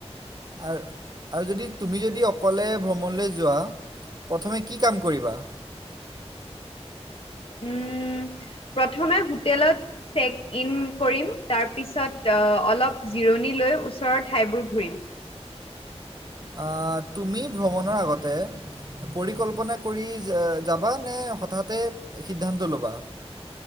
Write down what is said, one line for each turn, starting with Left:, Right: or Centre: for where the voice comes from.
Right: অ আৰু যদি তুমি যদি অকলে ভ্ৰমণলৈ যোৱা প্ৰথমে কি কাম কৰিবা <inaudible>
Left: উম প্ৰথমে হোটেলত চেক ইন কৰিম তাৰপিছত অ, অলপ জিৰণি লৈ ওচৰৰ ঠাইবোৰ ঘূৰিম।
Right: অ তুমি ভ্ৰমণৰ আগতে পৰিকল্পনা কৰি যাবা নে হঠাতে সিদ্ধান্ত ল'বা